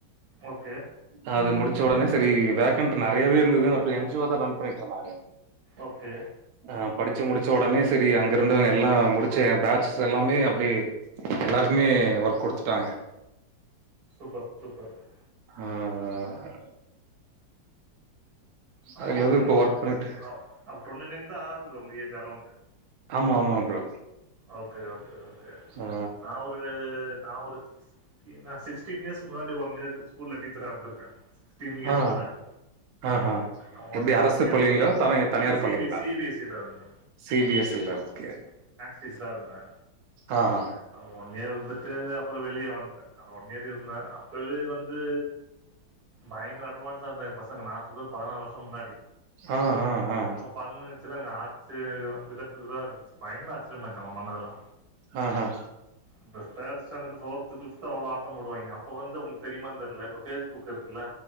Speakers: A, on the right; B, on the right.
A: ஓகே.
B: அ அது முடிச்ச உடனே செரி வேகண்ட் நறையவே இருந்ததுன் அப்போ என் ஜி ஓ தா ரன் பண்ணிட்ருந்தாங்க.
A: ஓகே.
B: அ படிச்சு முடிச்ச உடனே செரி அங்க இருந்துவங்க எல்லா முடிச்ச எ பேட்சஸ் எல்லாமே அப்டியே எல்லார்க்குமே ஒர்க் குடுத்துட்டாங்க.
A: <inaudible>
B: அ அ
A: அப்போ
B: அதுலந்து
A: வந்து
B: இப்ப ஒர்க் பண்ணிட்டு
A: அப் அப்- அப்போ டுவெண்ட்டி நைன் தான் ஆகுது உங்கள் ஏஜ் அரௌண்டு
B: ஆமா ஆமாங் ப்ரோ.
A: ஓகே ஓகே ஓகே
B: ஆ
A: நா ஒரு நா ஒரு சிக்ஸ்டீனா சிக்ஸ்டீன் இயர்ஸ்கு முன்னாடி ஒன் இயர் ஸ்கூல்ல டீச்சரா இர்ந்திர்க்கே சிக்ஸ் டீன் இயர்ஸ்
B: ஆ
A: முன்னாடி.
B: ஆஹா
A: அ ஒன்லி
B: எப்டி அரசு
A: ஒன் இயரு
B: பள்ளிங்களா? தர
A: இல்ல
B: தனியார்
A: சி
B: பள்ளிங்களா?
A: பி சி பி எஸ் இ ல இருந்தே.
B: சி பி எஸ் ல்ல ஓகே.
A: டீச்சராருந்தே.
B: ஆ ஹ.
A: அ ஒன் இயர் இருந்துட்டு அப்புறோ வெளிய வந்ட்டே. அது ஒன் இயர் இருந்தே அப்பவே வந்து பயங்கர அட்வான்ஸா இருந்தே எ பசங்க நா சொல்றது பதனா வர்ஷம் முன்னாடி.
B: ஆ அ அ.
A: பண்ணு வெச்சுத இவுங்க ஆச்சிரியோ விதத் இதுவா இருஞ்ச்சு பயங்கர ஆச்சிரியமா இரு அவுங்க பண்ணதெல்லா.
B: ஆஹ.
A: இந்த தேடு ஸ்டேண்டடு ஃபோர்த்து ஃபிஃப்த்து அவ்ளோ ஆட்டம் போடுவாய்ங்க அப்ப வந்து உங் தெரிமாந் தெர்ல இப்போ ஃபேஸ்புக் இருக்குல்ல.